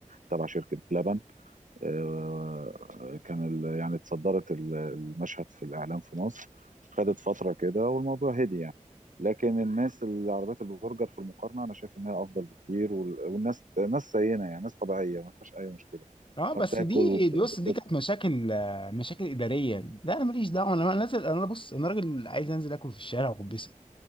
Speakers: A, on the right (about 70°); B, on the left (about 40°).
A: تبع شركه بلبن آه، كان ال- يعني اتصدرت ال- المشهد في الإعلام في مصر خدت فترة كده والموضوع هدي يعني لكن الناس اللي عربيات البرجر في المقارنة أنا شايف إنها أفضل بكتير وال- والناس ناس زينا يعني ناس طبيعية ما فيهاش أي مشكلة
B: اه بس
A: فبتاكل
B: دي
A: وبتنبسط
B: دي بص دي كانت مشاكل آه، مشاكل اداريه لا انا ماليش دعوه انا نازل انا بص انا راجل عايز انزل اكل في الشارع وبس